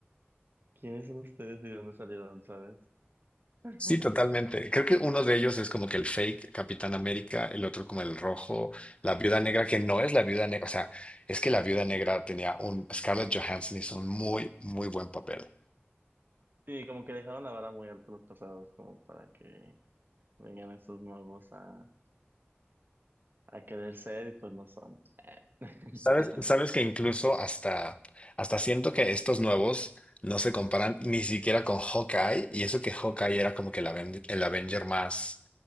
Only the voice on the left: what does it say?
Sí, totalmente. Creo que uno de ellos es como que el fake Capitán América, el otro como el rojo, la Viuda Negra, que no es la Viuda Negra. O sea, es que la Viuda Negra tenía un... Scarlett Johansson hizo un muy, muy buen papel.
Sabes, sabes que incluso hasta, hasta siento que estos nuevos no se comparan ni siquiera con Hawkeye, y eso que Hawkeye era como que el, Aven- el Avenger más,